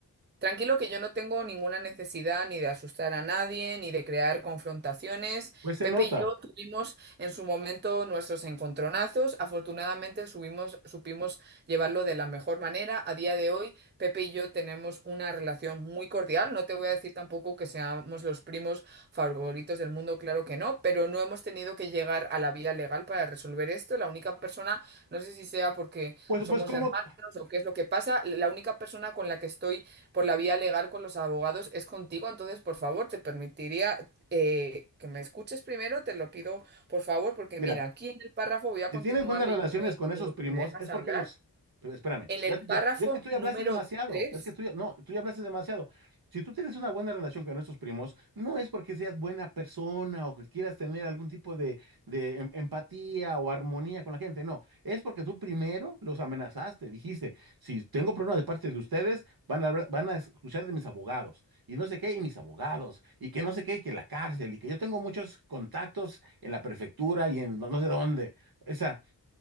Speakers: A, on the right; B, on the right.
A: Tranquilo que yo no tengo ninguna necesidad ni de asustar a nadie, ni de crear confrontaciones.
B: Pues se
A: Pepe
B: nota.
A: y yo tuvimos en su momento nuestros encontronazos. Afortunadamente subimos- supimos llevarlo de la mejor manera. A día de hoy, Pepe y yo tenemos una relación muy cordial. No te voy a decir tampoco que seamos los primos favoritos del mundo, claro que no, pero no hemos tenido que llegar a la vía legal para resolver esto. La única persona, no sé si sea porque
B: Pues,
A: somos
B: pues, ¿cómo?
A: hermanos o qué es lo que pasa, la única persona con la que estoy por la vía legal con los abogados es contigo, entonces por favor te permitiría eh, que me escuches primero, te lo pido por favor, porque
B: Mira.
A: mira, aquí en el párrafo voy a
B: Si
A: continuar
B: tienes buenas
A: leyendo
B: relaciones
A: en,
B: con esos
A: en lo
B: primos,
A: que me dejas
B: es porque
A: hablar.
B: los... pero espérame,
A: En
B: ya,
A: el
B: ya-
A: párrafo
B: ya es que tú ya
A: número
B: hablaste demasiado,
A: tres
B: es que tú ya, no, tú ya hablaste demasiado. Si tú tienes una buena relación con esos primos, no es porque seas buena persona o que quieras tener algún tipo de, de em- empatía o armonía con la gente, no, es porque tú primero los amenazaste, dijiste, si tengo problemas de parte de ustedes, van a, hablar- van a escuchar de mis abogados y no sé qué, y mis abogados, y que no sé qué, y que la cárcel, y que yo tengo muchos contactos en la prefectura y en no no sé dónde. O sea,